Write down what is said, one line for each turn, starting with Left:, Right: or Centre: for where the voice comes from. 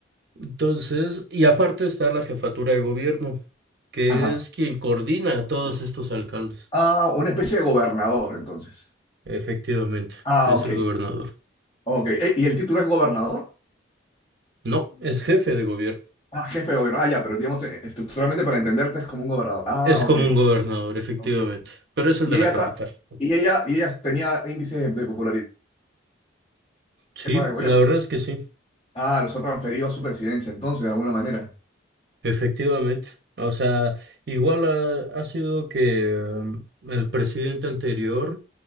Right: Entonces, y aparte está la jefatura de gobierno, que
Left: ajá.
Right: es quien coordina a todos estos alcaldes.
Left: Ah, una especie de gobernador, entonces.
Right: Efectivamente,
Left: Ah,
Right: es
Left: ok,
Right: el gobernador.
Left: ok. Eh, ¿Y el título es gobernador?
Right: No, es jefe de gobierno.
Left: Ah, jefe de gobierno. Ah, ya, pero digamos, eh, estructuralmente para entenderte es como un gobernador. Ah,
Right: Es
Left: ok,
Right: como un gobernador, efectivamente,
Left: ok.
Right: pero es el
Left: Y
Right: de
Left: ella,
Right: la capital.
Left: tra- y ella, y ella tenía índices de popularidad de
Right: Sí,
Left: jefa de gobierno.
Right: la verdad es que sí.
Left: Ah, los ha transferido a su presidencia, entonces, de alguna manera.
Right: Efectivamente, o sea, igual ha, ha sido que um, el presidente anterior